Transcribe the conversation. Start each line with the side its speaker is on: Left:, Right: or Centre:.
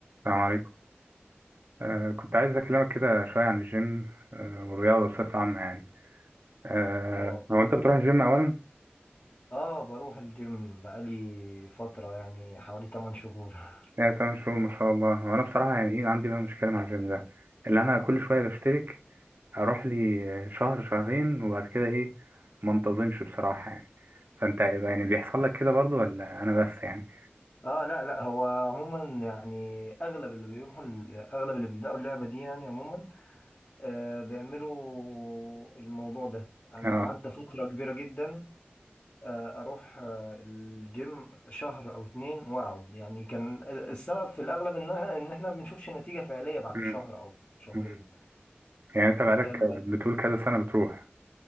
Right: السلام عليكم آه كنت عايز أكلمك كده شوية عن الجيم آه والرياضة بصفة عامة يعني آه
Left: اه
Right: هو أنت بتروح الجيم أولا؟
Left: اه بروح الجيم بقالي فترة يعني حوالي 8 شهور <laughs>
Right: إيه تمام شهور ما شاء الله هو أنا بصراحة يعني إيه عندي بقى مشكلة مع الجيم ده اللي أنا كل شوية بشترك أروح لي آه، شهر شهرين وبعد كده إيه ما انتظمش بصراحة يعني فأنت إيه ده، يعني بيحصل لك كده برضو ولا أنا بس يعني؟
Left: اه لا لا هو عموما يعني اغلب اللي بيروحوا اغلب اللي بيبدأوا اللعبة دي يعني عموما آه بيعملوا الموضوع ده انا
Right: اه
Left: قعدت فترة كبيرة جدا آه اروح آه الجيم شهر او اتنين واقعد يعني كان السبب في الاغلب انها ان احنا ما بنشوفش نتيجة فعلية بعد
Right: مم.
Left: شهر او شهرين
Right: مم. يعني أنت بقالك
Left: آه،
Right: بتقول كذا سنة بتروح